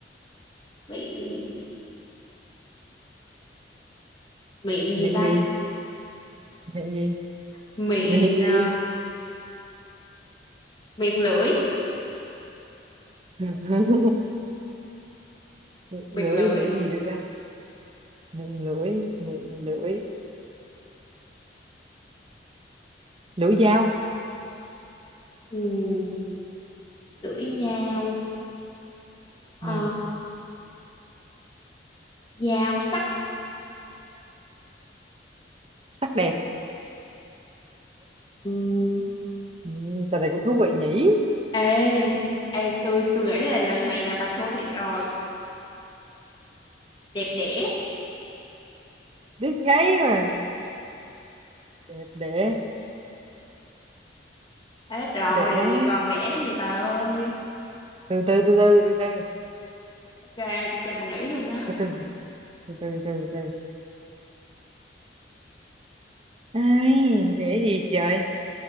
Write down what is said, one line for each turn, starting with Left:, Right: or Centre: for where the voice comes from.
Left: miệng miệng gì
Right: miệng
Left: ta?
Right: gì miệng gì
Left: Miệng
Right: miệng gì
Left: ờ, miệng lưỡi,
Right: <laughs> lưỡi
Left: miệng lưỡi
Right: lưỡi
Left: đi.
Right: gì được ta miệng lưỡi miệng lưỡi lưỡi dao
Left: Ừm, lưỡi dao, ờ,
Right: ừ.
Left: dao sắc.
Right: sắc đẹp
Left: Ừm,
Right: ừ. trò này cũng thú vị nhỉ
Left: ê, ê tôi tôi nghĩ là lần này là bà thua thiệt rồi. Đẹp đẽ.
Right: biết ngay mà đẹp để
Left: Hết rồi,
Right: để
Left: làm gì còn đẻ gì bà ơi.
Right: từ từ từ từ từ
Left: Ok, tôi cho bà nghỉ luôn đó.
Right: từ từ từ từ từ từ từ Ai, đẻ gì trời,